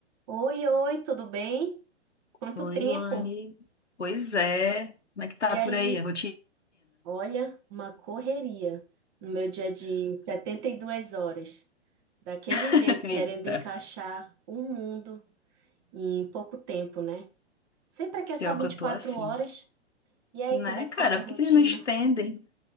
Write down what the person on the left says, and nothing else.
Oi,
Luane. Pois é. Como é que tá
por aí a rotina?
<laughs> Eita.
Pior
que eu
tô
assim.
Né,
cara?
Por
que que eles não estendem?